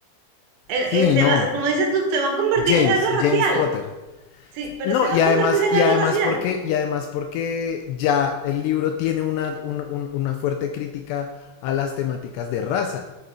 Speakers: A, on the right; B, on the left.
A: Eh,
B: sí,
A: eh, se
B: no,
A: va, como dices tú, se va a convertir
B: James,
A: en algo
B: James
A: racial.
B: Potter.
A: Sí, pero
B: No,
A: se
B: y
A: va a
B: además,
A: convertir en
B: y
A: algo
B: además
A: racial.
B: porque, y además porque ya el libro tiene una, un- un- una fuerte crítica a las temáticas de raza.